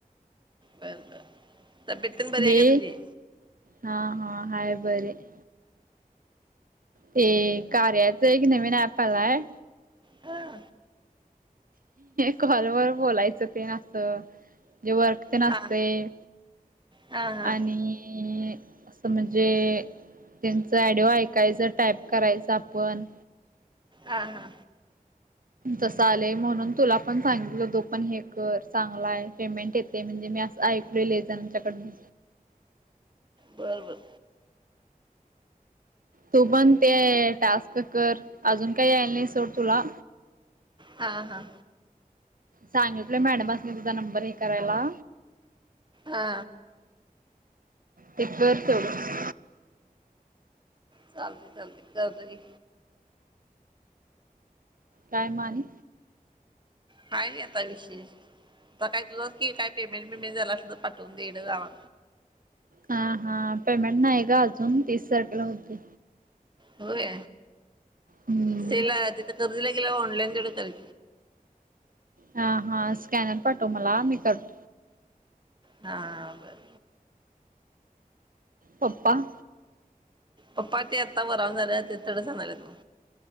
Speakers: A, on the right; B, on the right.
A: बर बर, तब्यत तेने बीरी
B: हे
A: हाय का तुझी?
B: हा हा हाय बरी हाय. ते कार्याच एक नवीन ऍप आलाय.
A: हा.
B: कॉलवर बोलायचं तेन असं, जे वर्क तेन असतय,
A: हा हा हा
B: आणि म्हणजे, त्यांच आडिओ ऐकायचं टाईप करायचं आपण.
A: हा हा.
B: तसं आलय म्हणून तुला पण सांगितलो तु पण हे कर चांगला आहे पेमेंट ये ते म्हणजे मी असं ऐकलो लई जनाच्याकडन.
A: बरं बरं.
B: तू पण ते टास्क कर अजून काही यायला नाही सोड तुला.
A: हा हा.
B: सांगितलोय मॅडमसनी तुझा नंबर हे करायला.
A: हा
B: ते कर तेवढ.
A: चालतय चालतय करतो घे.
B: काय म आणि?
A: काय नाही आता विशेष, आता काय तुझं की काय पेमेंट बेमेंट झालं असल तर पाठवून दे ईकड गावा
B: हा हा पेमेंट नाही ग अजून तीस तारखेला होतय.
A: होय,
B: हम्म
A: सेला तिथं कर्जला गेल्यावर ऑनलाईन देतो तरी.
B: हा हा स्कॅनर पाठव मला मी करतो.
A: हा बर.
B: पप्पा.
A: पप्पा ते आता वरन झालंय तडं सांजायल्यात नव.